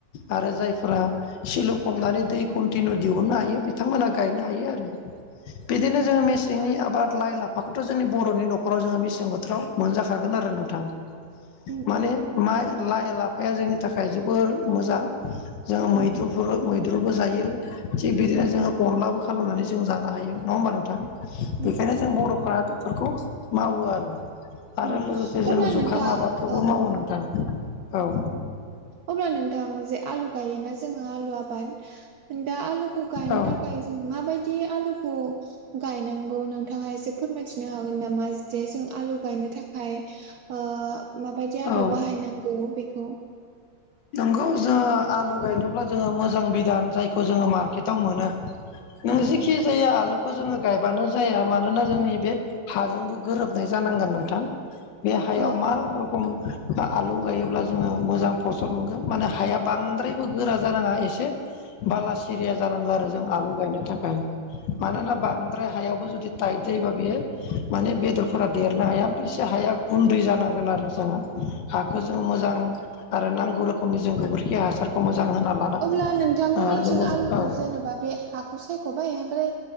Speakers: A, on the left; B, on the right.
A: आरो जायफोरा सिलु फबनानै दै कन्टिनिउ दिहुननो हायो बिथांमोना गायनो हायो आरो। बिदिनो
B: उम उम
A: जोंङो मेसेंनि आबाद लाइ ला <unintelligible> जोंनि बर'नि नखराव जोङो मेसें बोथोराव मोनजाखागोन आरो नोंथां
B: उम
A: माने माइ लाइ लाफाया जोंनि थाखाय जोबोर मोजां जों
B: उम
A: मैद्रु
B: उम
A: मैद्रुबो जायो थिग बिदिनो
B: उम
A: जोंङो अनलाबो खालामनानै जों जानो हायो। नंङा होमबा नोंथांनिसिम?
B: उम
A: बेखायनो जों बर'फ्रा बेफोरखौ मावो आरो। आरो
B: ओ
A: लोगोसे जों
B: अब्ला
A: जुखाम
B: नोंथां
A: आबादखौबो
B: औ
A: मावो नोंथां। औ
B: अब्ला नोंथां जे आलु गायोना जोंङो आलु आबाद दा आलुखौ गायनो
A: औ
B: थाखाय जों माबायदि आलुखौ गायनांगौ नोंथांङा एसे फोरमायथिनो हागोन नामा? जे जों आलु गायनो थाखाय ओ माबायदि आदब
A: औ
B: बाहायनांगौ बेखौ।
A: नोंगौ जोंङो आलु गायनोब्ला जोंङो मोजां बिधान जायखौ जोंङो मार्केटाव मोनो। नों
B: उम
A: जेखि
B: उम
A: जाया आलुखौ जोंङो गायबानो जाया मानोना जोंनि बे हाजोंबो गोरोबनाय जानांगोन नोंथां। बे हायाव
B: औ औ
A: मा रोखोम आलु गायोब्ला जोंङो मोजां फसल मोनगोन माने हाया बांद्रायबो गोरा जानांङा एसे बाला सिरिया जानांगौ आरो जों आलु गायनो थाखाय। मानोना
B: उम
A: बांद्राय हायावबो जुदि थाइट जायोबा बेयो माने बेदरफोरा देरनो हाया एसे हाया गुन्दै जानांगोन आरो जोंहा। हाखौ
B: उम
A: जों मोजां आरो नांगौ रोखोमनि जों गोबोरखि हासारखौ मोजां होना लानांगोन
B: अब्ला नोंथांमोननिथिं
A: लोगोसे
B: आलुखौ
A: औ
B: जेनेबा बे हाखौ सायख' <unintelligible> ओमफ्राय